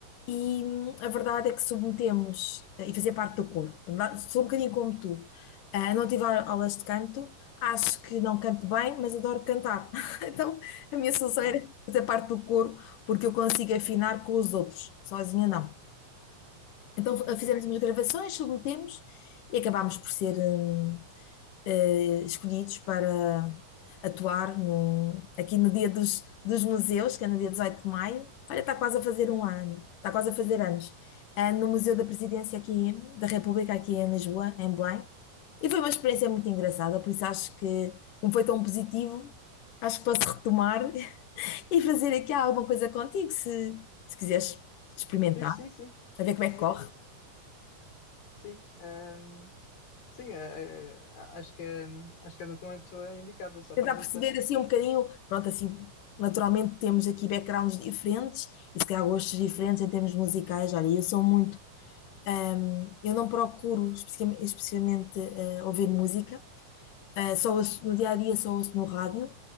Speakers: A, on the left (about 70°); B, on the left (about 85°).
A: e hum, a verdade é que submetemos eh, e fazia parte do coro. Portanto, Sou um bocadinho como tu. Ah, não tive a- aulas de canto, acho que não canto bem, mas adoro cantar. <laughs> Então, a minha solução
B: Pronto.
A: era fazer parte do coro, porque eu consigo afinar com os outros, sozinha não. Então,
B: Ok.
A: f- fizemos umas gravações, submetemos e acabámos por ser. hum, eh, escolhidos para atuar no, aqui no Dia dos, dos Museus, que é no dia 18 de maio. Olha, está quase a fazer um ano, está quase a fazer anos. Ah, no Museu da Presidência aqui da República, aqui em Lisboa, em Belém. E foi uma experiência muito engraçada, por isso acho que, como foi tão positivo, acho que posso retomar <laughs> e fazer aqui alguma coisa contigo, se, se quiseres experimentar,
B: Fiz, sim, sim.
A: a ver como
B: Sim,
A: é que corre.
B: fiz. Sim. Ahm, sim, eh, eh, acho que, eh, acho que és então a pessoa indicada. Já
A: tentar
B: tens
A: perceber
B: essa.
A: assim um bocadinho, pronto, assim, naturalmente temos aqui backgrounds diferentes e se calhar gostos diferentes em termos musicais. Olha, eu sou muito, ahm, eu não procuro especificamente, especificamente, eh, ouvir música, eh, só ouço- no dia a dia só ouço no rádio